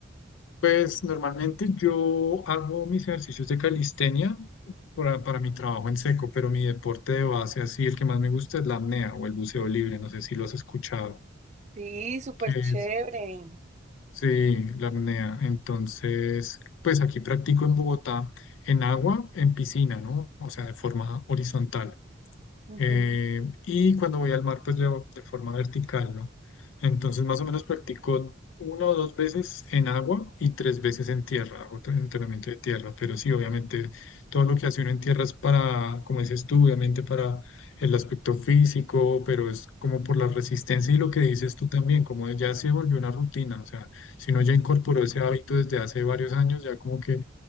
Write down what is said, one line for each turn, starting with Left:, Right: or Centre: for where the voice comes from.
Left: Pues normalmente yo hago mis ejercicios de calistenia para, para mi trabajo en seco, pero mi deporte de base, así el que más me gusta es la apnea o el buceo libre, no sé si lo has escuchado,
Right: Sí, súper
Left: que
Right: chévere.
Left: es, sí, la apnea. Entonces, pues aquí practico en Bogotá, en agua, en piscina, ¿no? O sea, de forma horizontal.
Right: Ujú.
Left: Eh, y cuando voy al mar, pues llevo de forma vertical, ¿no? Entonces, más o menos practico una o dos veces en agua y tres veces en tierra, hago tre- entrenamiento de tierra, pero sí, obviamente, todo lo que hace uno en tierra es para, como dices tú, obviamente para el aspecto físico, pero es como por la resistencia y lo que dices tú también, como ya se volvió una rutina, o sea, si uno ya incorporó ese hábito desde hace varios años, ya como que